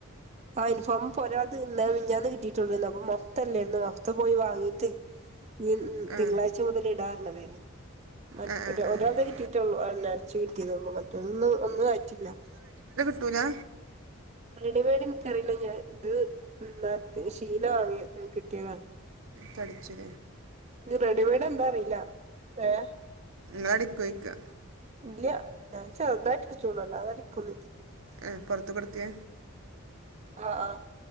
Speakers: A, on the right; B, on the right.
A: ആ ഇൻഫോം ഒരാത് ഇന്ന മിനിഞ്ഞാന്ന് കിട്ടിയിട്ടുള്ളിന്നു അപ്പൊ മൊത്തല്ലൃരുന്നു ത്ത പോയി വാങ്ങീട്ട് ഇനി
B: ആ
A: തിങ്കളാഴ്ച മുതൽ ഇടാർന്നഞ്ഞത് മറ്റെ
B: ആ ആ ആ ആ.
A: ഒരാൾടെ കിട്ടിയിട്ടുള്ളൂ അടിച്ചി <unintelligible> ന്ന് കഴ്ചില്ലാ
B: ട്ടൂല
A: റെഡിമെയ്ഡ് എനിക്കറിയില്ല ഞാൻ ഇത് ഞാൻ ശീല വാങ്ങിയത് കിട്ടിയതാ
B: തടിച്ചത്
A: റെഡിമെയഡ് എന്താ അറിയില്ല ഏ
B: ന്ന്ടിക്കുവായിക്ക
A: ഇല്ല ഞാൻ ചെറുതായിട്ട് തച്ച്ള്ളു അല്ലാതെ അടിക്കൊന്നുവില്ല
B: ആ പൊറത്ത് കൊടുക്ക്
A: ആ ആ